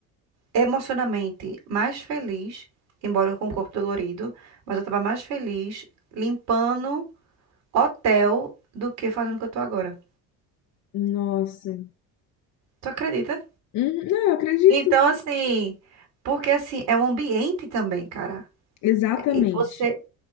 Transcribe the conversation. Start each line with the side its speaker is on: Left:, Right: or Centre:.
Right: emocionalmente mais feliz, embora com o corpo dolorido, mas eu tava mais feliz limpando hotel do que fazendo o que eu tô agora.
Left: Nossa.
Right: Tu acredita?
Left: Uhum, Não, eu acredito.
Right: Então, assim, porque assim, é um ambiente também, cara.
Left: Exatamente.
Right: E você